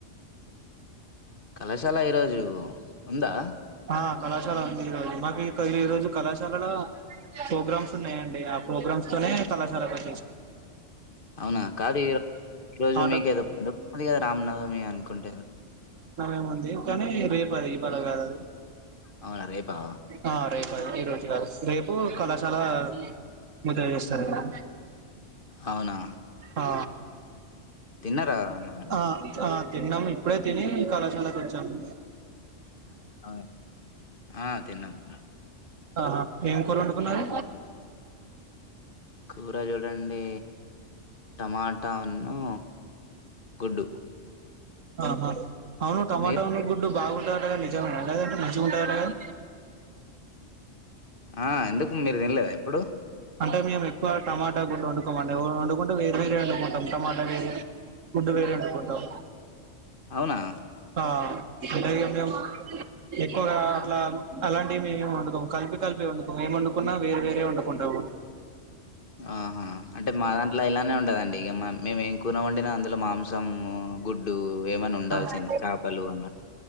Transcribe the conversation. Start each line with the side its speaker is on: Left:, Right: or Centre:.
Left: కళాశాల ఈరోజు ఉందా?
Right: ఆ కళాశాల ఉంది ఈ రోజు మాకు ఈ రోజు కళాశాలలో ప్రోగ్రామ్స్ ఉన్నాయండి ఆ ప్రోగ్రామ్స్ తోనే కళాశాలకొచ్చే
Left: అవునా కాదు ఈ ఈ రోజు
Right: ఆట
Left: మీకేదో పండుగన్నది కదా రామ్నవమి అనుకుంటేదో
Right: ఏము ఉంది కానీ రేపు అది ఇవ్వాళ కాదు అది
Left: అవునా రేపా
Right: ఆ రేపు ఈ రోజుగాదు రేపు కళాశాల ముత చేస్తారని
Left: అవునా
Right: ఆ
Left: తిన్నారా అన్న మరి
Right: ఆ ఆ తిన్నాము ఇప్పుడే తినీ కళాశాలకొచ్చాము
Left: అవు ఆ తిన్నాము
Right: ఆహా ఏం కూరొండుకున్నారు
Left: కూర చూడండి టమాట ఉన్ను గుడ్డు
Right: అహా అవును టమాటా
Left: మీరు
Right: ఉన్ను గుడ్డు బాగు దంట కదా నిజం అది అంత మంచిగుంటది అంట గదా
Left: ఆ ఎందుకు మీరు వినలేధ ఎప్పుడు
Right: అంటే మేము ఎక్కువ టమాటా గుడ్డు వండుకోమండి వండుకుంటే వేరే వేరే వండుకుంటాం టమాటా వేరే గుడ్డు వేరే వండుకుంటాం
Left: అవునా
Right: ఆ అంటే ఇక మేము ఎక్కువగా అట్లా అలాంటివి మేమేమి వండుకోము కలిపి కలిపి వండుకొం ఏం వండుకున్నా వేరే వేరే వండుకుంటాము
Left: ఆహా అంటే మా
Right: ఆ
Left: దాంట్లో ఇలానే ఉండదండి ఇమా మేమేం కున వండిన అందులో మాంసము గుడ్ డు ఏమన్నా ఉండాల్సిందే
Right: ఆ
Left: చాపలు అన్న